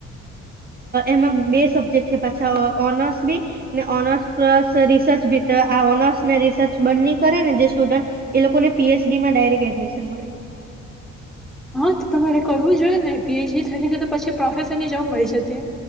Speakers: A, on the right; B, in the centre.
A: એમાં બે સબ્જેક્ટ છે પાછા ઓનર્સ બી, ને ઓનર્સ પ્લસ રિસર્ચ બી આ ઓનર્સ ને રિસર્ચ બન્ની કરે ને જે સ્ટુડન્ટ, એ લોકોને પી એચ ડીમાં ડાયરેક્ટ એડમિશન મળે.
B: હા તો તમારે કરવું જોઈએ ને પી એચ ડી થઈ જશે તો પછી પ્રોફેસર ની જોબ મળી જતે.